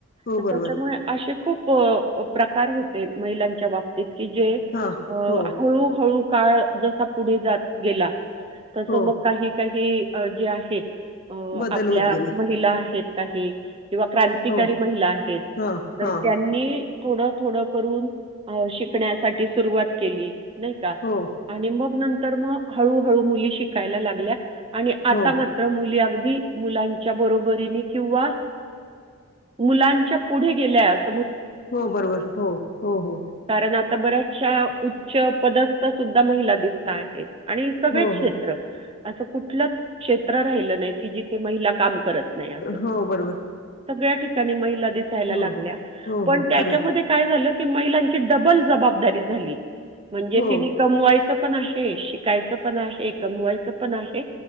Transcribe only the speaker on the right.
तर
त्याच्यामुळे असे खूप प - अ प्रकार होते. महिलांच्या बाबतीत की जे अ..
हळू हळू काळ जसा पुढे जात गेला. तस
मग काही काही अ जे आहेत अ..
आपल्या
महिला आहेत. काही किंवा क्रांतिकारी
महिला आहेत.
तर
त्यांनी थोडं थोड करून शिक कण्यासाठी सुरुवात केली. नाही का?
आणि मग नंतर तर म हळू हळू मुली शिकायला लागल्या आणि आता
मात्र मुली अगदी मुलांच्या बरोबरीने किंवा मुलांच्या पुढे गेल्यात.
कारण आता बऱ्याचश्या उच्च पदस्थ सुद्धा महिला दिसत आहेत आणि सगळेच
क्षेत्र
असं कुठलंच क्षेत्र राहिलं नाही की जिथे महिला काम करत नाही असं.
सगळ्या ठिकाणी महिला दिसायला
लागल्या
पण
त्याच्यामध्ये
काय झालं ते महिलाच ते डबल जबाबदारी झाली म्हणजे
तिने कमवाय तसपण आहे शिकायचं पण आहे कमवायचं पण आहे